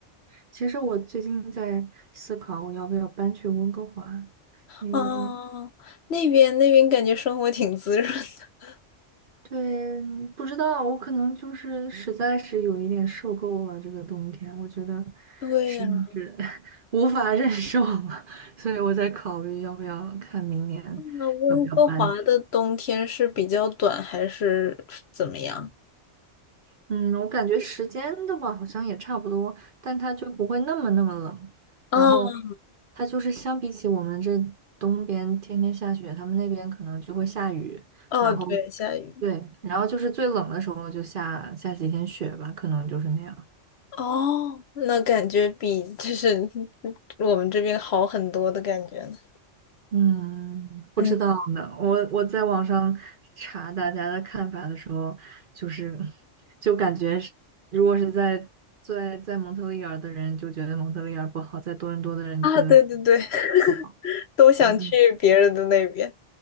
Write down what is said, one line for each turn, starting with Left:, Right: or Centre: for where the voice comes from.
Right: 其实我最近在思考，我要不要搬去温哥华，因为
Left: 哦，那边那边感觉生活挺滋润的。
Right: 对，不知道我可能就是实在是有一点受够了这个冬天，我觉得
Left: 对呀，
Right: 实在是 <laughs> 无法忍受了，所以我在考虑要不要看明年
Left: 那温哥华的冬天是比较短还是怎么样？
Right: 要不要搬。嗯，我感觉时间的话好像也差不多，但它就不会那么那么冷。
Left: 哦
Right: 然后它就是相比起我们这东边天天下雪，他们那边可能就会下雨。
Left: 哦，
Right: 然后
Left: 对，下雨。
Right: 对，然后就是最冷的时候就下下几天雪吧，可能就是那样。
Left: 哦，那感觉比就是 <laughs> 我们这边好很多的感觉呢
Right: 嗯，不知道呢。
Left: 嗯
Right: 我我在网上查大家的看法的时候，就是就感觉是，如果是在在在蒙特利尔的人就觉得蒙特利尔不好，在多伦多的人觉得
Left: 啊，对对对，<laughs>
Right: 不好，
Left: 都想去别人的那边。
Right: 反正